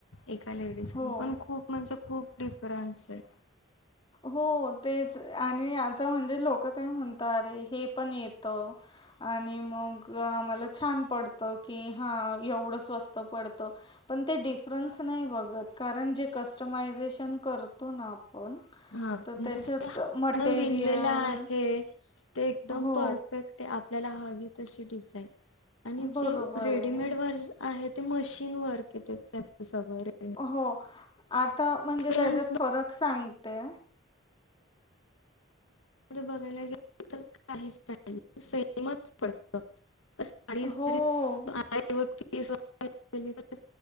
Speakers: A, on the left (about 80°); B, on the left (about 25°).
A: एका लेडीजकडून
B: हो
A: पण खूप म्हणजे खूप डिफरन्स आहे
B: हो ते आणि आता म्हणजे लोक काय म्हणत अरे हे पण येत आणि मग मला छान पडत की हा एवढं स्वस्त पडत पण ते डिफरन्स नाही बघत कारण जे कस्टमायझेशन करतो ना आपण
A: हा
B: तर
A: म्हजे
B: त्याच्यात
A: ज
B: मटेरियल
A: हण विणलेलं आहे ते एकदम
B: हो
A: परफेक्ट आहे आपल्याला हवी तशी डिझाईन आणि जे
B: बरोबर
A: रेडीमेड
B: आहे
A: वर आहे ते मशीन वरक येत त्याच सगळं रेडीमेड.
B: हो आता म्हणजे
A: डिफरन्स
B: त्याच्यात फरक सांगते
A: बघायला गे तर काहीच नाही सेमच पडत. साडी
B: हो
A: <unintelligible>